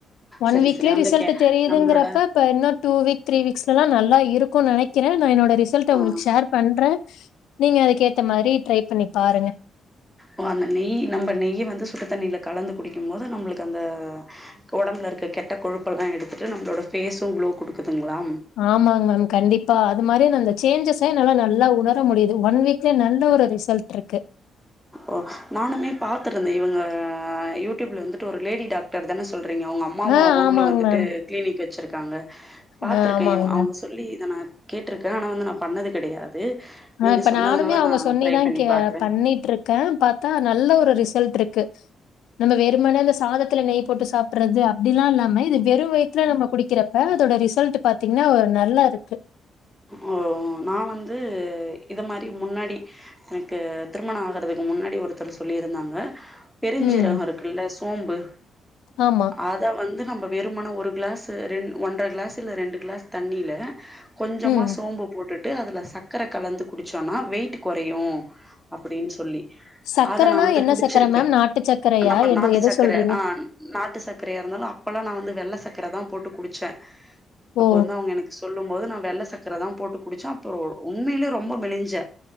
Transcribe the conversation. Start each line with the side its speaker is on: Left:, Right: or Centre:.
Left: ஒன்
Centre: சரி
Left: வீக்லே
Centre: சரி. அந்த
Left: ரிசல்ட்டு
Centre: கே
Left: தெரியுதுங்கிறப்ப
Centre: நம்மளோட
Left: ப்ப இன்னு டூ வீக் த்ரீ வீக்ஸ்லலா நல்லா இருக்கு நெனைக் க்கிறே நா என்னோட ரிசல்ட்ட
Centre: ஆ
Left: உங்களுக்கு ஷேர் பண்றே நீங்க அதுக்கு ஏத்த மாரி ட்ரை பண்ணி பாருங்க
Centre: ஓ அந்த நெய் நம்ப நெய்ய வந்து சுட்டுத்தண்ணில கலந்து குடிக்கும் போது நம்மளுக்கு அந்த ஒடம்புல இருக்க கெட்ட கொழுப்பெல்லா எடுத்துட்டு நம்மளோட ஃபேஸு க்ளோ குடுக்குதுங்ளா
Left: ஆமாங் மேம் கண்டிப்பா அது மாரி அந்த அந்த சேஞ்சஸ் தா என்னால நல்லா உணர முடியுது ஒன் வீக்லயே நல்ல ஒரு ரிசல்ட் இருக்கு
Centre: ஓ நானுமே பாத்துருந்தே இவுங்க யூடியூப்ல வந்துட்டு ஒரு லேடி டாக்டர் தான சொல்றீங்க அவ்ங்க அம் ம்மாவு
Left: ஆ
Centre: அவுங்களு
Left: ஆமாங்க
Centre: வந்துட்டு
Left: மேம்.
Centre: கிளீனிக் வெச்சிருக்காங்க பாத்துருக்கே
Left: ஆ ஆமாங்க
Centre: இவ்
Left: மேம்.
Centre: அவ்ங்க சொல்லி இத நா கேட்ருக்கே ஆனா வந்து நா பண்ணது கெடையாது
Left: ஆ
Centre: நீங்க
Left: இப்ப
Centre: சொன்னதுனால
Left: நானுமே அவுங்க
Centre: நா
Left: சொன்னிதா
Centre: ட்ரை பண்ணி
Left: கே
Centre: பாக்குறே
Left: பண்ணிட்ருக் க்கே பாத்தா நல்ல ஒரு ரிசல்ட்ருக்கு நம்ம வெறுமனே அந்த சாதத்துல நெய் போட்டு சாப்புட்றது அப்டிலா இல்லாம இது வெறு வய் ல நம்ம குடிக்றப்ப அதோட ரிசல்ட் பாத்தீங்ன்னா ஒரு நல்லா இருக்கு
Centre: ஓ நா வந்து இத மாரி முன்னாடி எனக்கு திருமண ஆகறதுக்கு முன்னாடி ஒருத்தரு சொல்லிருந்தாங்க பெருஞ்சிரக
Left: ம்.
Centre: இருக்குல்ல சோம்பு
Left: ஆமா.
Centre: அ த வந்து நம்ப வெருமன ஒரு க்ளாஸ் ரெண் ஒன்ற கிளாஸ் இல்ல ரெண்டு க்ளாஸ் தண்ணில கொஞ்சமா
Left: ம்.
Centre: சோம்பு போட்டுட்டு அதுல சக்கர கலந்து குடிச்சோனா வெயிட்டு கொறையு அப்டின் சொல்லி
Left: சக்கரனா
Centre: அத நா வந்து
Left: என்ன
Centre: குடிச்சுருக்கே
Left: சக்கர மேம்? நாட்டு சக்கரையா?
Centre: நம்ப
Left: எது
Centre: நாட்டு
Left: எத
Centre: சக்கர
Left: சொல்றீங்க?
Centre: ஆ நாட்டு சக்கரையாருந்தாலு அப்பலா நா வந்து வெள்ள சக்கரதா போட்டு குடிச்சே அப்ப
Left: ஓ!
Centre: வந்து அவுங்க எனக்கு சொல்லும் போது நா வெள்ள சக்கரதா போட்டு குடிச்சே அப்ப உண்மையிலே ரொம்ப மெலிஞ்சே